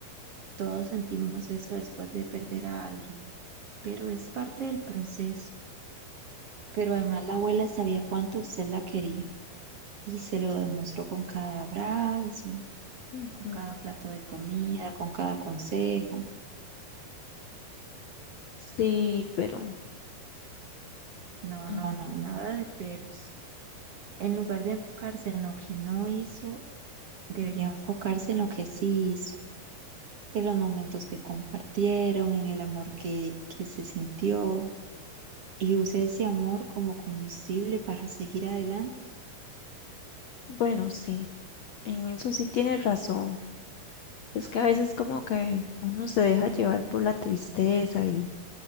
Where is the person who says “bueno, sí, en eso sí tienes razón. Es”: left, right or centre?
Left